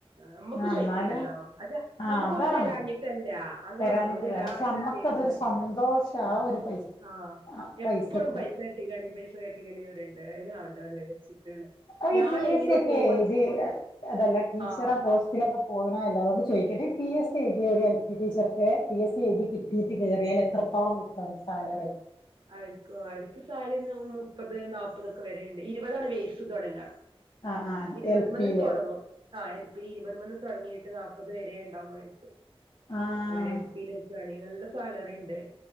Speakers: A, on the right; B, on the left.
A: നമ്മുക്ക്
B: ആ
A: ചോയിക്കണ്ടല്ലോ
B: എന്നാല്
A: അത്
B: ആഹ്
A: നമുക്ക്
B: അതാണ്
A: ഓര് തെരാഞ്ഞി ട്ടല്ല അങ്ങനെണ്ട്
B: തരാഞ്ഞിട്ടല്ല
A: ഓര് എല്ലാ
B: പക്ഷെ
A: ആവിശ്യത്തിനും
B: അമ്മക്കതൊരു
A: തര്ന്ന്
B: സന്തോഷ ആ
A: ആഹ്
B: ഒരു പൈസ
A: ആഹ്
B: ആ പൈസക്ക്
A: എപ്പളും പൈസ കാട്ടിക്കാണി പൈസ കാട്ടിക്കാണി പറയ ണ്ട അയിന് ആവണ്ടാന്ന് വിചാരിച്ചിട്ടാണ്.
B: അപ്പൊ
A: ഞാൻ
B: ഈ പി എസ്
A: എങ്ങനെ
B: സി ഒക്കെ
A: പോവാ
B: എഴുതി അതല്ല ടീച്ചറെ
A: ആഹ്
B: പോസ്റ്റ് സിലൊക്കെ പോണോല്ലേ അത്കൊണ്ട് ചോയിക്കട്ടെ ഈ പി എസ് സി എഴുതിയൊര് എൽ പി ടീച്ചർക്ക് പി എസ് സി എഴുതി കിട്ടിയിട്ട് കയറിയാല് എത്രത്തോളം കിട്ടും സാലറി
A: അവർക്കൊ അവർക്ക് സാലറീന്ന് മുപ്പത് നാപ്പതൊക്കെ വര്ണ്ട് ഇരുപതാണ് വേസ് തുടങ്ങാ
B: ആഹ് ആഹ്
A: ഇരുപത്മന്ന്
B: എൽ പിയില്
A: തുടങ്ങും. ആഹ് എൽപ്പിന്ന് ഇരുപത് മന്ന് തുടങ്ങിയിട്ട് നാല്പത് വരെ ഉണ്ടാവുമായിരിക്കും
B: ആഹ്
A: അങ്ങനെ എൽപ്പില് പണികള്ള് സാലറിണ്ട്